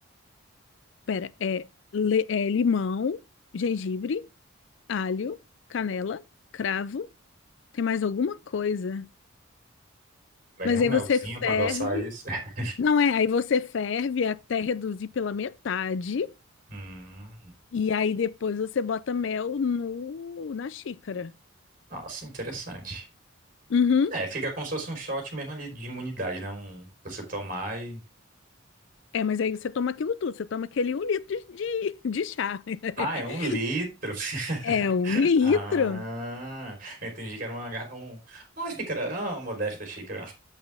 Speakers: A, on the left; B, on the right.
A: pera, é, le- é limão, gengibre, alho, canela, cravo. Tem mais alguma coisa?
B: Vai
A: Mas
B: nem um
A: aí
B: melzinho
A: você ferve.
B: pra adoçar isso. <laughs>
A: Não é, aí você ferve até reduzir pela metade.
B: Hum,
A: E aí depois você bota mel no, na xícara.
B: nossa, interessante.
A: Uhum.
B: É, fica como se fosse um shot mesmo ali de imunidade, né? Um, você tomar e.
A: É, mas aí você toma aquilo tudo. Você toma aquele um litro de, de de chá.
B: Ah,
A: <laughs>
B: é um litro. <laughs>
A: É um litro.
B: Ah, eu entendi que era uma, garra- um, uma xícara, ah, uma modesta xícara.